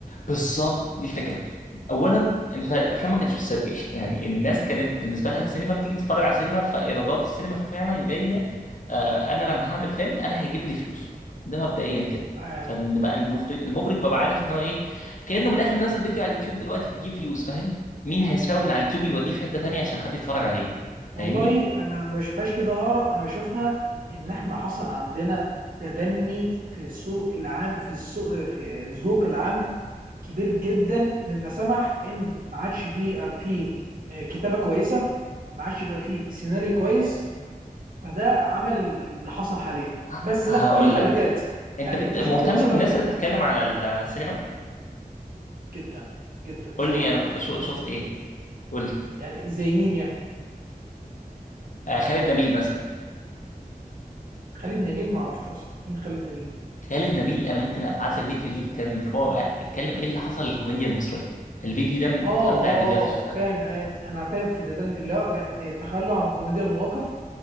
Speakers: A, on the left; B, on the right.
A: بالظبط دي الفكره اولا انت الافلام ما كانتش بتسرق <laughs> يعني الناس كانت بالنسبه لها السينما بتيجي تتفرج على السينما فايرادات السينما فعلا جايه آه انا لما هعمل فيلم انا هيجيب لي فلوسه ده مبدئيا كده
B: آه،
A: فان بقى المخرج المخرج بقى عارف ان هو ايه كانه من الاخر نازل فيديو على اليوتيوب دلوقتي بيجيب فيوز فاهم؟ مين هيسرقه من على اليوتيوب يوديه في حتة تانية عشان حد يتفرج عليه
B: والله
A: فاهمني
B: انا ما بشوفهاش كده ارق انا بشوفها ان احنا حصل عندنا تدني في السوق العام في السوق في الذوق العام كبير جدا مما سمح ان ما عادش بيبقى فيه آه، كتابه كويسه ما عادش بيبقى فيه سيناريو كويس فده عمل اللي حصل حاليا
A: ه-
B: بس
A: هقول
B: لا في فلتات
A: لك انت
B: يعني
A: بت...
B: انت
A: مهتم
B: شفت مثلا
A: بالناس اللي بتتكلم على السينما
B: جدا جدا بصراحه
A: قول لي انا كنت بشوف شفت ايه قول لي
B: يعني زي مين يعني
A: آه خالد نبيل مثلا
B: خالد نبيل ما اعرفوش اصلا مين خالد نبيل
A: خالد نبيل انا ممكن ابعت لك فيديو ليه كان رائع اتكلم ايه اللي حصل للكوميديا المصرية الفيديو ده من
B: اه
A: امتع
B: اه
A: الفيديوهات اللي شفتها
B: اه فاهم آه، انا فاهم في تدني اللي هو ب- آه، تخلوا عن كوميديا المواقف